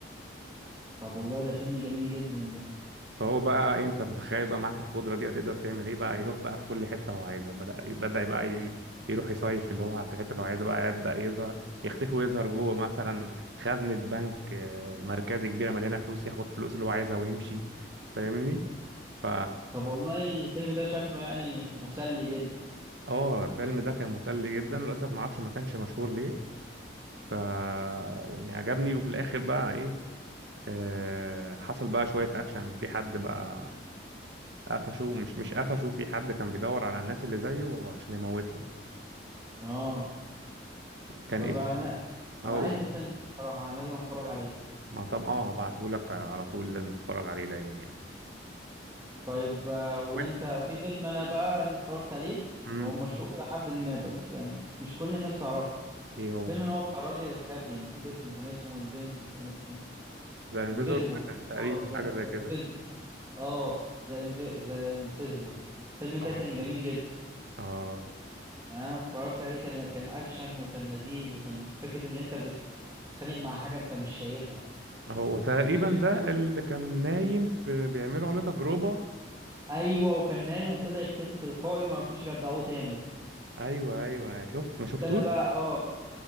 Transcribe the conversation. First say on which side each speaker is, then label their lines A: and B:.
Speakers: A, on the right (about 20°); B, on the right (about 75°).
A: طب والله ده فيلم جميل جدا ده
B: فهو بقى إيه، انت بتخيل
A: فكره
B: بقى معاك القدره دي هتقدر تعمل ايه بقى يروح بقى في كل حته هو عايزها بدا بدا بقى ي- يروح يصيف في اللي هو في الحته اللي هو عايزها بقى يبدا يظهر يختفي ويظهر جوه مثلا خزنه بنك آه، مركزي كبيره مليانه فلوس ياخد فلوس اللي هو عايزها ويمشي فاهمني ف
A: طب والله الفيلم ده شكله يعني مسلي جدا
B: اه الفيلم ده كان مسلي جدا للاسف ما اعرفش ما كانش مشهور ليه ف يعني عجبني وفي الاخر بقى ايه آه، حصل بقى شويه اكشن في حد بقى قفشوه مش مش قفشوه في حد كان بيدور على الناس اللي زيه عشان يموتهم
A: اه
B: كان
A: طب
B: اسم
A: انا
B: اه
A: انا
B: قول.
A: عايز الفيلم ده بصراحة انا لازم اتفرج عليه
B: ما طب اه هبعته لك على طول لازم تتفرج عليه دايما يعني
A: طيب آه، وانت
B: وانت
A: في فيلم انا بقى انا اتفرجت عليه
B: امم
A: هو مشهور لحد ما بس يعني مش كل الناس تعرفه
B: ايه هو
A: الفيلم اللي هو بتاع الراجل الخفي نسيت اسمه كان اسمه انفينسيبل
B: زي انفيزور
A: انفيزيبل
B: مان تقريبا
A: اه ذا
B: حاجه زي
A: ذا
B: كده
A: انفيزيبل اه ذا ذا انفيزيبل الفيلم ده
B: اه
A: كان جميل جدا
B: اه
A: يعني انا اتفرجت عليه كان كان اكشن وكان لذيذ وكان فكره اللي انت بتتخانق مع حاجه انت مش شايفها
B: هو تقريبا
A: فكره دي
B: ده
A: كانت
B: اللي كان نايم في بيعملوا عليه تجربه
A: ايوه وكان نايم وابتدى يختفي تلقائي وما عرفوش يرجعوه تاني
B: ايوه ايوه أيوه. شفت ما
A: وابتدى
B: شفتوش
A: بقى اه